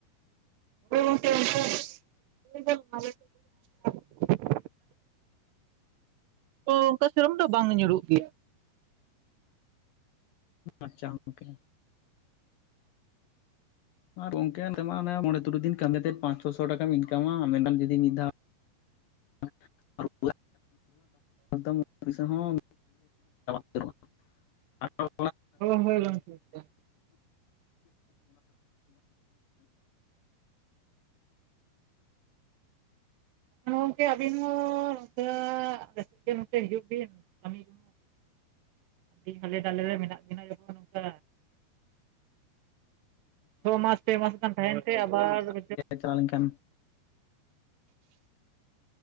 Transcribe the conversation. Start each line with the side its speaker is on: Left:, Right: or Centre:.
Right: <unintelligible> ᱚᱱᱠᱟ ᱥᱮᱨᱚᱢ ᱫᱚ ᱵᱟᱝ ᱧᱩᱨᱩᱜ ᱜᱮᱭᱟ᱾
Left: ᱟᱪᱪᱷᱟ ᱜᱚᱝᱠᱮ᱾ ᱟᱨ ᱜᱚᱝᱠᱮ ᱱᱚᱛᱮ ᱢᱟ ᱚᱱᱮ ᱢᱚᱬᱮ, ᱛᱩᱨᱩᱭ ᱫᱤᱱ ᱠᱟᱹᱢᱤ ᱟᱛᱮᱫ ᱯᱟᱸᱪ, ᱪᱷᱚᱥᱚ ᱴᱟᱠᱟᱢ ᱤᱱᱠᱟᱢᱟ ᱢᱮᱱᱠᱷᱟᱱ ᱡᱩᱫᱤ ᱢᱤᱫ ᱫᱷᱟᱣ <unintelligible> ᱮᱠᱫᱚᱢ ᱪᱟᱵᱟ ᱩᱛᱟᱹᱨᱚᱜ-ᱟ᱾ ᱟᱨᱦᱚᱸ
Right: ᱦᱳᱭ ᱦᱳᱭ ᱜᱚᱝᱠᱮ <inaudible> ᱜᱚᱝᱠᱮ ᱟᱹᱵᱤᱱ ᱦᱚᱸ ᱱᱚᱛᱮ ᱟᱞᱮ ᱥᱮᱱ ᱜᱮ ᱱᱚᱛᱮ ᱦᱤᱡᱩᱜ ᱵᱤᱱ, ᱠᱟᱹᱢᱤ <inaudible> ᱠᱟᱴᱤᱡ ᱦᱟᱞᱮ ᱰᱟᱞᱮ ᱨᱮ ᱢᱮᱱᱟᱜ ᱵᱤᱱᱟ ᱡᱚᱠᱷᱚᱱ ᱱᱚᱝᱠᱟ ᱪᱷᱚ ᱢᱟᱥ, ᱯᱮ ᱢᱟᱥ ᱜᱟᱱ ᱛᱟᱦᱮᱸᱱ ᱛᱮ ᱟᱵᱟᱨ <inaudible>
Left: ᱪᱟᱞᱟᱣ ᱞᱮᱱᱠᱷᱟᱱ